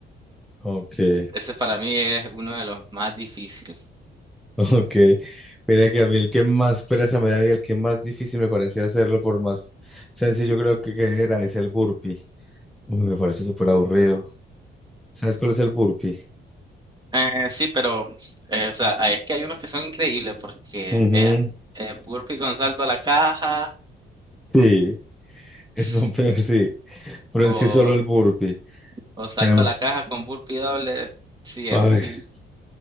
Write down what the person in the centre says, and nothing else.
Ok, <laughs>
ok. Mira que a mí el que más pereza me da y el que más difícil me parecía hacerlo, por más sencillo creo que, que era, es el burpee. Uy, me parece súper aburrido. ¿Sabes cuál es el burpee?
Ujú.
Sí, <laughs> esos
son peores, sí. Pero
en sí solo el burpee.
Tenemos,
ay,